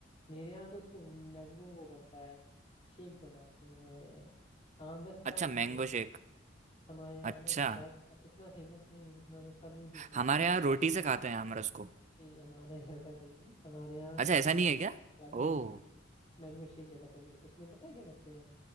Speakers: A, on the left; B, on the right.
A: मेरे यहाँ तो उसको मैंगो वो बनता है शेक बनाते हैं हमारे यहाँ आम रस
B: अच्छा
A: कम
B: मैंगो
A: फेमस
B: शेक
A: हमारे यहाँ
B: अच्छा
A: बस बहुत इतना फेमस नहीं है जितना लोग सब नहीं पीते
B: हमारे
A: हैं
B: यहाँ रोटी से खाते हैं आम रस को
A: नहीं हमारे यहाँ ऐसा नहीं है हमारे यहाँ
B: अच्छा ऐसा नहीं है क्या
A: याद
B: ओ
A: नहीं नहीं मैंगो शेक ज्यादा फेमस उसमें पता है क्या करते हैं